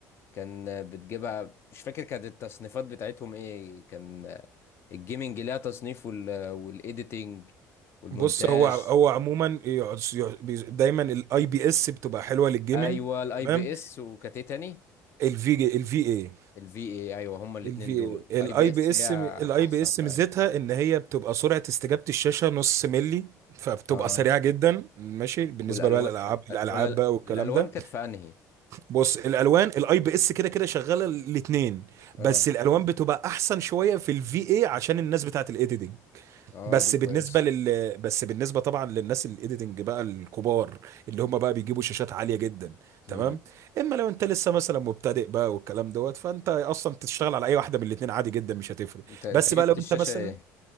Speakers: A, on the left; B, on the right.
A: كان بتجيبها مش فاكر كانت التصنيفات بتاعتهم ايه كان الجيمنج ليها تصنيف وال... والايديتنج والمونتاج
B: بص هو هو عموما يعز- يع- بي- دايما الاي بي اس بتبقى حلوه للجيمنج
A: ايوه الاي
B: تمام
A: بي اس وكانت ايه تاني
B: الفي جي الفي اي
A: الفي اي ايوه هما الاتنين
B: الفي
A: دول
B: اي الاي
A: اي بي اس
B: بي اس
A: هي
B: الاي
A: احسن
B: بي اس ميزتها
A: ايوه
B: ان هي بتبقى سرعه استجابه الشاشه نص ملي فبتبقى
A: اه
B: سريعه جدا ماشي بالنسبه
A: والالوان
B: بقى للالعاب الالعاب
A: ولا ال-
B: بقى والكلام
A: الالوان
B: ده
A: كانت في انهي
B: بص الالوان الاي بي اس كده كده شغاله الاثنين
A: اه
B: بس الالوان بتبقى احسن شويه في الفي اي عشان الناس بتاعه الايديتنج
A: اه
B: بس
A: دي
B: بالنسبه
A: كويس
B: لل بس بالنسبه طبعا للناس الايديتنج بقى الكبار اللي هم بقى بيجيبوا شاشات عاليه جدا تمام
A: امم
B: اما لو انت لسه مثلا مبتدئ بقى والكلام دوت فانت اصلا تشتغل على اي واحده من الاثنين عادي جدا مش هتفرق
A: انت انت
B: بس
A: جبت
B: بقى لو
A: الشاشه
B: انت مثلا
A: ايه